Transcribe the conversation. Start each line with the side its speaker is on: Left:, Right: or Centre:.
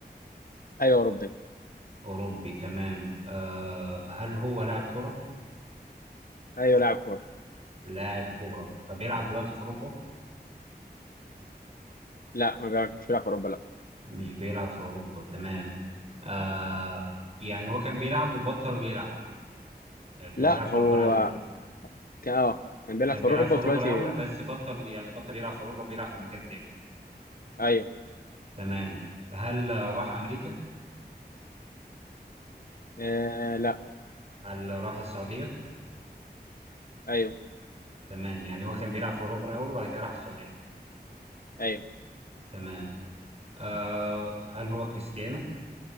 Left: ايوه اوروبي
Right: أوروبي تمام آه هل هو لاعب كرة؟
Left: ايوه لاعب كوره
Right: لاعب كرة بيلعب دلوقتي في أوروبا؟
Left: لا ما بيعرفش مش بيلعب في اوروبا لا
Right: مش بيلعب في أوروبا تمام آه يعني هو كان بيلعب وبطل يلعب يعني كان
Left: لا
Right: بيلعب في
Left: هو
Right: أوروبا الأول
Left: كان اه كان بيلعب
Right: كان
Left: في
Right: بيلعب
Left: اوروبا
Right: في أوروبا
Left: ودلوقتي
Right: الأول بس بطل يعني بطل يلعب في أوروبا بيلعب في مكان تاني
Left: ايوه
Right: تمام هل آه، راح أمريكا؟
Left: آه لا
Right: هل آه، راح السعودية؟
Left: ايوه
Right: تمام يعني هو كان بيلعب في أوروبا الأول وبعد كده راح السعودية
Left: ايوه
Right: تمام آه هل هو كريستيانو؟